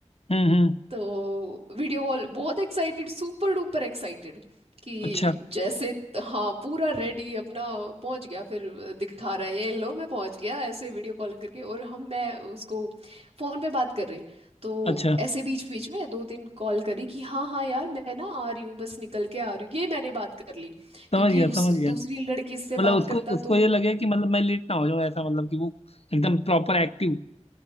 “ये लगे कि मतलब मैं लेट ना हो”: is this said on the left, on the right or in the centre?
Left